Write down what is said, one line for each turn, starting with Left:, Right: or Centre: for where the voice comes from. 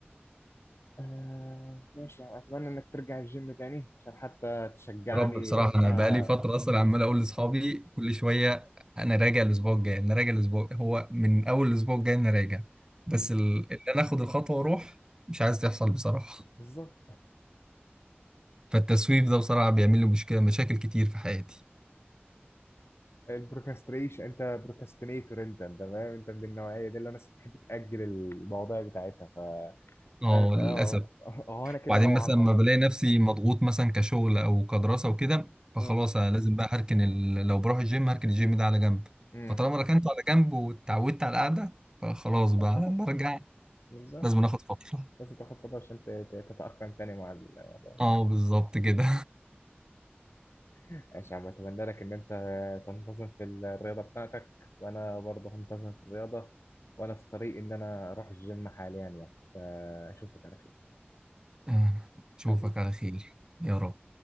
Left: آه ماشي يعني أتمنى إنك ترجع الجيم تاني عشان حتى تشجعني
Right: يا رب بصراحة
Left: وبتاع
Right: أنا بقالي فترة أصلا
Left: الناس
Right: عمال
Left: اللي
Right: أقول
Left: بتتمرن
Right: لأصحابي كل شوية أنا راجع الأسبوع الجاي أنا راجع الأسبوع هو من أول الأسبوع الجاي أنا راجع بس
Left: مم.
Right: ال... إن أنا آخد الخطوة وأروح مش عايز تحصل بصراحة
Left: بالظبط
Right: فالتسويف ده بصراحة بيعمل لي مشكلة مشاكل كتير في حياتي
Left: البروكاستريشن أنت بروكاستينيتور أنت أنت فاهم أنت من النوعية دي اللي الناس بتحب تأجل المواضيع بتاعتها ف
Right: أه
Left: أنا
Right: للأسف
Left: آه هو أنا كده
Right: وبعدين
Left: نوعا
Right: مثلا
Left: ما
Right: ما
Left: برضه
Right: بلاقي نفسي مضغوط مثلا كشغل أو كدراسة وكده فخلاص
Left: مم.
Right: أنا لازم بقى هركن ال... لو بروح الجيم هركن الجيم ده على جنب
Left: مم.
Right: فطالما ركنته على جنب واتعودت على القعدة فخلاص بقى
Left: خلاص
Right: لما أرجع
Left: بالظبط
Right: لازم آخد فترة
Left: بس تاخد فترة عشان ت- ت- تتأقلم تاني مع الموضوع
Right: اه بالظبط كده
Left: ماشي يا عم اتمنى لك ان انت تنتظم في الرياضه بتاعتك وانا برضه هنتظم في الرياضه وانا في طريق ان انا اروح الجيم حاليا يعني فاشوفك على خير
Right: <laughs> اشوفك
Left: حبيبي
Right: على خير يا رب